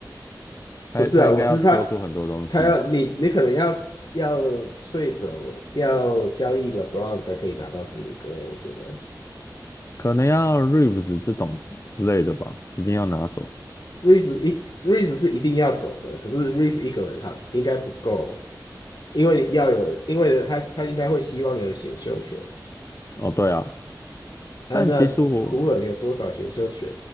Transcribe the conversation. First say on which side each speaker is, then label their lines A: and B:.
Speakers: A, on the left (about 40°); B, on the left (about 70°).
A: 他他应该要丢出很多东西，
B: 不是啊，我是他他要你你可能要要 t 走要交易了 e b r o n 才可以拿到字母哥，我觉得
A: 可能要 Reeves 这种之之类的吧，一定要拿走。
B: r e e v e 一 r e e v e 是一定要走的，可是 r e e v e 一个人他应该不够，因为要有因为他他应该会希望有选秀权。
A: 哦，对啊，
B: 他那湖人有多少选秀权
A: 但其实我